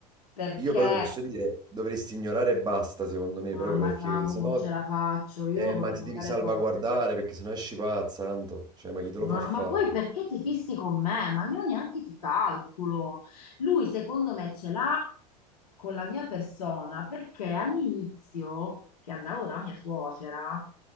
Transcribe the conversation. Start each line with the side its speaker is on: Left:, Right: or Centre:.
Left: perché,
Right: Io però ti posso dire, dovresti ignorare e basta, secondo me,
Left: mamma,
Right: proprio perché
Left: Samu,
Right: sennò...
Left: non ce la faccio, io
Right: Eh,
Left: lo vorrei
Right: ma ti
Left: mandare
Right: devi salvaguardare
Left: proprio.
Right: perché sennò esci pazza, tanto. Cioè, ma chi te
Left: Ma,
Right: lo fa fare?
Left: ma poi perché ti fissi con me? Ma io neanche ti calcolo. Lui, secondo me, ce l'ha con la mia persona perché all'inizio, che andavo da mia suocera,